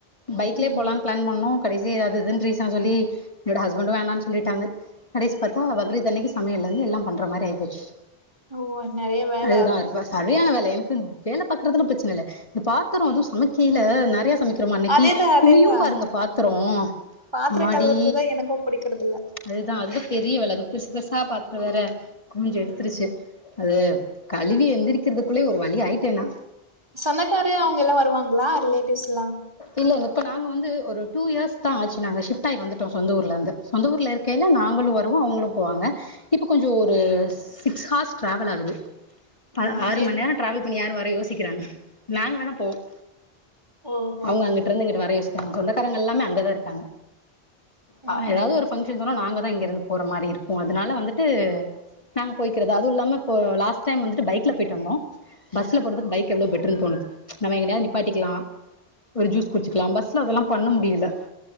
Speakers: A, on the left; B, on the right.
A: பைக்லயே
B: ம்
A: போலானு பிளான் பண்ணோ கடைசி அது இதுன்னு ரீசன் சொல்லி என்னோட ஹஸ்பண்டும் வேணான் சொல்லிட்டாங்க கடைசி பாத்தா பக்ரித்தன்னைக்கு சமையலருந்து எல்லா பண்ற மாரி ஆய் போச்சு
B: ஓ நெறைய வேல
A: அதுதா இப்ப சரியான வேல எனக்கு வேல பாக்கறதுல பிரச்சன இல்ல இந்த பாத்தரோ அது சமைக்கி ல நெறைய சமைக்கிறமா அன்னக்கி
B: அதேதா அதேதா
A: குமியு பாருங்க
B: அந்த
A: பாத்தரோ
B: பாத்திர
A: அம்மாடி
B: கழுவுறதுதா எனக்கு புடிக்கறது இல்ல
A: அதுதா அதுதா பெரிய வேல அது பெர்ஷ் பெர்சா பாத்தர வேற குமிஞ்சு
B: ம்
A: எடுத்துருச்சு அது கழுவி எந்திரிக்கிறதுக்குள்ளே ஒரு வழி ஆயிட்டே நா
B: சொந்தக்கார அவங்கலாம் வருவாங்களா ரிலேட்டிவ்ஸ்லா
A: இல்லல இப்போ நாங்க வந்து ஒரு டூ இயர்ஸ் தா ஆச்சு நாங்க ஷிப்ட் ஆகி வந்துட்டோம் சொந்த ஊர்ல இருந்து சொந்த ஊர்ல இருக்கேல நாங்களும் வருவோம் அவங்களும் போவாங்க இப்போ கொஞ்சம் ஒரு சிக்ஸ் ஹார்ஸ் டிராவல் ஆகுது ப
B: ம்ஹும்
A: ஆறு
B: எ
A: மணி நேரம் ட்ராவல் பண்ணி வர யாரு யோசிபாங் சிக்றாங்க நாங்க வேணா போவோம்
B: ஓஹோ
A: அவங்க அங்கிட்டு இருந்து இங்கட்டு வர யோசி சொந்தக்காரங்க எல்லாமே அங்கதா இருக்காங்க ஆ
B: ம்ஹும்
A: ஏதாவது ஒரு பங்க்ஷன்ஸ் வரும் நாங்க தா இங்க இருந்து போற மாரி இருக்கு அதனால வந்துட்டு நாங்க போய்க்கிறது அது இல்லாம இப்ப லாஸ்ட் டைம் வந்துட்டு பைக்ல போயிட்டு வந்தோம் பஸ்ல போடுறதுக்கு பைக் எவ்ளவோ பெட்ரூனு தோணுது நம்ம எங்கயாது நிப்பாட்டிக்கலாம் ஒரு ஜூஸ் குச்சுக்கலா பஸ்ல அதெல்லாம் பண்ண முடியல